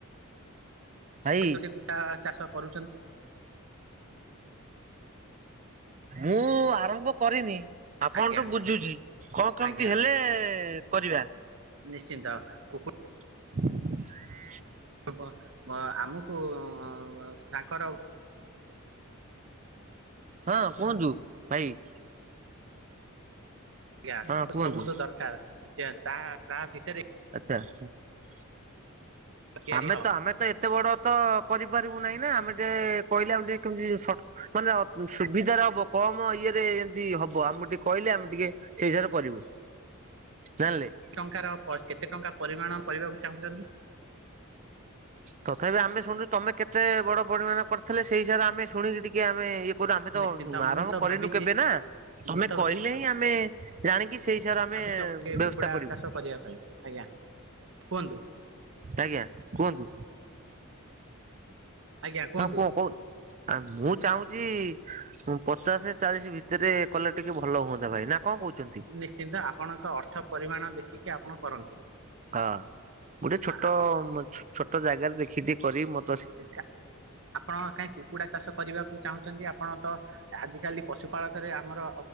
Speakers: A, on the right; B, on the right.
A: ଭାଇ
B: କେତୋଟି କୁଟା ଚାଷ କରୁଚନ୍ତି?
A: ମୁଁ ଆରମ୍ଭ କରିନି। ଆପଣଠୁ
B: ଆଜ୍ଞା
A: ବୁଝୁଚି କଣ କେମିତି
B: ଆଜ୍ଞା
A: ହେଲେ କରିବା।
B: ନିଶ୍ଚିନ୍ତ କୁକୁ
A: <unintelligible>
B: ଏବ ଆମକୁ ଅ ତାଙ୍କର
A: ହଁ କୁହନ୍ତୁ ଭାଇ ।
B: ଆଜ୍ଞା
A: ହଁ କୁହନ୍ତୁ
B: ଆଠ ଗୁଣ୍ଠୁ ଦରକାର ତା ତା ଭିତରେ
A: ଆଚ୍ଛା ହୁଁ ।
B: ତିଆରି
A: ଆମେ
B: ହବ
A: ତ ଆମେ ତ ଏତେ ବଡ ତ କରିପାରିବୁ ନାହିଁ ନା ଆମେ ଟିକେ କହିଲେ ଆମେ ଟିକେ କେମିତି ସଟ୍ ମାନେ ଅ ସୁବିଧାରେ ହବ କମ ଇଏ ଏ ରେ ଏମତି ହବ ଆମେ ଟିକେ କହିଲେ ଆମେ ଟିକେ ସେଇ ହିସାବରେ କରିବୁ। ଜାଣିଲେ
B: ଟଙ୍କାର ପ କେତେ ଟଙ୍କା ପରିମାଣ କରିବାକୁ ଚାହୁଁଛନ୍ତି।
A: ତଥାପି ଆମେ ଶୁଛୁଚୁ ତମେ କେତେ ବଡ ପଡିମାଣ କରିଥିଲେ ସେଇ ହିସାବରେ ଆମେ ଶୁଣି ଟିକେ ଆମେ ଇଏ କରୁ ଆମେ ତ
B: ନିଶ୍ଚିନ୍ତ ମୁଁ
A: ଆରମ୍ଭ
B: ତ
A: କରିନୁ
B: ଭାବିଛି
A: କେବେ ନା ସମେ
B: ମୁଁ ତ
A: କହିଲେ ହିଁ ଆମେ ଜାଣିକି ସେଇ ହିସାବରେ ଆମେ
B: ଭାବିଛି ଏ
A: ବ୍ୟବସ୍ଥା
B: କୁକୁଡ଼ା
A: କରିବୁ।
B: ଚାଷ କରିବା ପାଇଁ ଆଜ୍ଞା କୁହନ୍ତୁ
A: ଆଜ୍ଞା କୁହନ୍ତୁ।
B: ଆଜ୍ଞା କୁହନ୍ତୁ।
A: ହଁ କୁହ କହୁ ଆ ମୁଁ ଚାହୁଁଚି ପଚାଶ ଚାଳିଶ ଭିତରେ କଲେ ଟିକେ ଭଲ ହୁଅନ୍ତା ଭାଇ ନା। କଣ କହୁଛନ୍ତି?
B: ନିଶ୍ଚିନ୍ତ ଆପଣଙ୍କ ଅର୍ଥ ପରିମାଣ ଦେଖିକି ଆପଣ କରନ୍ତୁ।
A: ହଁ ଗୋଟେ ଛୋଟ
B: ଆପ
A: ଛୋଟ ଜାଗାରେ ଦେଖି ଟିକେ କରିବି ମ
B: ଏକା ଆପଣ କାହିଁ କୁକୁଡା ଚାଷ କରିବାକୁ ଚାହୁଁଛନ୍ତି? ଆପଣ ତ ଆଜିକାଲି ପଶୁପାଳକରେ ଆମର